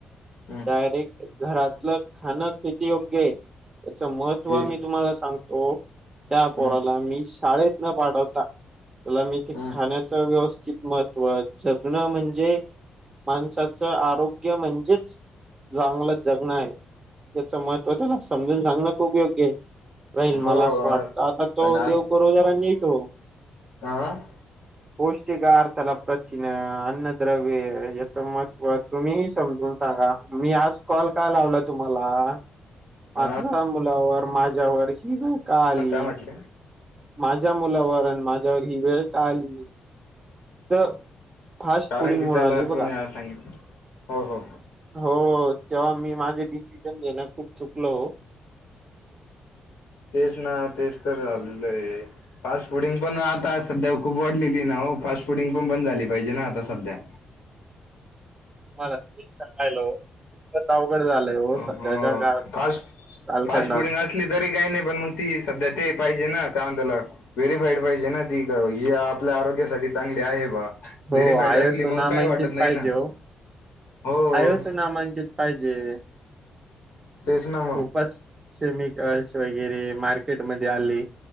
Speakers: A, on the left (about 75°); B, on the right (about 20°).
A: हम्म
B: डायरेक्ट घरातलं खाणं किती योग्य हाय? त्याच महत्त्व
A: येस
B: मी तुम्हाला सांगतो, त्या पोराला
A: हम्म
B: मी शाळेत न पाठवता, त्याला मी ते
A: हम्म
B: खाण्याचं व्यवस्थित महत्व. जगणं म्हणजे माणसाचं आरोग्य म्हणजेच चांगलं जगणं आहे. त्याच महत्व त्याला समजून सांगणं खूप योग्य हाय. राहील
A: हो
B: मला असं
A: आणि
B: वाटतं. आता तो देवकरो जरा नीट होवो.
A: आ.
B: पौष्टिक अर्थाला प्रथिनं, अन्नद्रव्य याच महत्त्व तुम्हीच समजून सांगा. मी आज कॉल का लावला तुम्हाला? माझ्या
A: हा
B: मुलावर माझ्यावर ही वेळ का आली?
A: काय म्हटले
B: माझ्या मुलावर आणि माझ्यावर ही वेळ का आली? तर फास्ट
A: कारण
B: फुडिंगमुळं
A: की त्याला
B: आली ही बघा,
A: तुम्ही आज सांगितलं हो हो
B: हो. जेव्हा मी माझे डिसिजन देणं खूप चुकलो
A: तेच ना तेच तर झालेलं आहे. फास्ट फुडिंगपण आता सध्या खूप वाढलेली ना हो फास्ट फुडिंगपण बंद झाली पाहिजे ना, आता सध्या.
B: <unintelligible> हॅलो, तसं अवघड झालंय
A: हो
B: सध्याच्या
A: हो
B: काळ
A: फास्टफास्ट
B: कालखंडात.
A: फुडिंग असली तरी काही नाही, पण मग ती सध्या ते पाहिजे ना कांदलं, व्हेरीफाईड पाहिजे ना ती. ही आपल्या आरोग्यासाठी चांगली आहे बा
B: हो
A: व्हेरीफाईड
B: आयोस
A: असली मग
B: नामांकित
A: काही वाटत नाही
B: पाहिजे
A: ना
B: ओ.
A: हो
B: आयोस नामांकित पाहिजे.
A: तेच ना
B: खूपच शेमीक गर्ल्स वगैरे मार्केटमध्येध्ये आले.